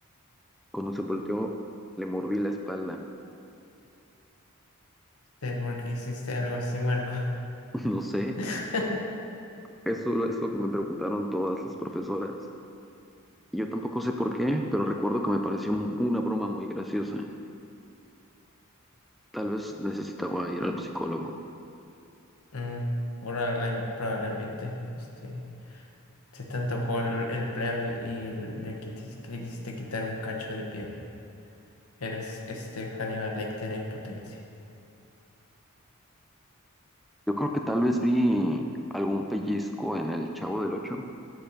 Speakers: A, in the centre; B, on the left.
A: Cuando se volteó, le mordí la espalda.
B: ¿De por qué hiciste algo así, Marco?
A: <laughs> No sé,
B: <laughs>
A: eso es lo que me preguntaron todas las profesoras. Y yo tampoco sé por qué, pero recuerdo que me pareció un- una broma muy graciosa. Tal vez necesitaba ir al psicólogo.
B: Mm, probable- probablemente, este, se te antojó el, el plebe y le quitis- le quisiste quitar un cacho de piel. Eras este Hannibal Lecter en potencia.
A: Yo creo que tal vez vi algún pellizco en el Chavo del Ocho